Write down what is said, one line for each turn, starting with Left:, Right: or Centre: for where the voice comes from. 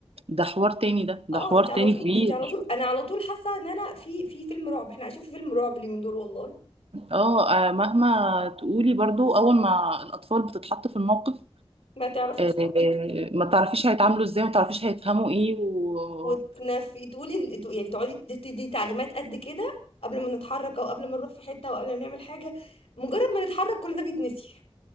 Right: ده حوار تاني ده
Left: أه
Right: ده حوار
Left: أنت على
Right: تاني
Left: طول
Right: كبير
Left: أنت على طول أنا على طول حاسة إن أنا في في فيلم رعب إحنا عايشين في فيلم رعب اليومين دول والله
Right: اه آه، مهما تقولي برضو اول ما الاطفال بتتحط في الموقف
Left: ما تعرفيش
Right: آه، ما تعرفيش هيتعاملوا ازاي وما تعرفيش هيفهموا ايه و...
Left: وتنفي تقولي ال- يعني تقعدي تدي تعليمات قد كده قبل ما نتحرك أو قبل ما نروح في حتة أو قبل ما نعمل حاجة مجرد ما نتحرك كل ده بيتنسي